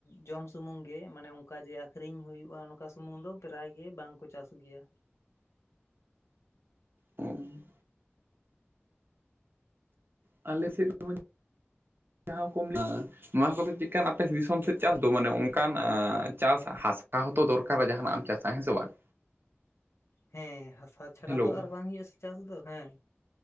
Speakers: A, on the left (about 80°); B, on the right (about 55°).
A: ᱡᱚᱢ ᱥᱩᱢᱩᱝ ᱜᱮ, ᱢᱟᱱᱮ ᱚᱱᱠᱟ ᱡᱮ ᱟᱹᱠᱷᱨᱤᱧ ᱦᱩᱭᱩᱜᱼᱟ ᱱᱚᱝᱠᱟ ᱥᱩᱢᱩᱝ ᱫᱚ, ᱯᱨᱟᱭ ᱜᱮ ᱵᱟᱝ ᱠᱚ ᱪᱟᱥ ᱜᱮᱭᱟ᱾
B: ᱦᱩᱸ ᱟᱞᱮ ᱥᱮᱫ ᱦᱚᱸ <unintelligible> ᱡᱟᱦᱟᱸ ᱠᱚ ᱢᱮᱱᱟᱜᱼᱟ ᱱᱚᱣᱟ ᱠᱚᱫᱚ ᱪᱮᱫ ᱠᱟᱱ ᱟᱯᱮ ᱫᱤᱥᱚᱢ ᱥᱮᱫ ᱪᱟᱥ ᱫᱚ ᱢᱟᱱᱮ ᱚᱱᱠᱟᱱ ᱪᱟᱥ ᱦᱟᱥᱟ ᱦᱚᱸᱛᱚ ᱫᱚᱨᱠᱟᱨᱟ ᱡᱟᱦᱟᱸᱱᱟᱜ ᱮᱢ ᱪᱟᱥ ᱛᱟ ᱦᱮᱸ ᱥᱮ ᱵᱟᱝ
A: ᱦᱮᱸ ᱦᱟᱥᱟ ᱪᱷᱟᱲᱟ
B: ᱦᱮᱞᱳ
A: ᱛᱚ ᱟᱨ ᱵᱟᱝ ᱦᱩᱭᱩᱜ ᱟᱥᱮ ᱪᱟᱥ ᱫᱚ ᱦᱮᱸ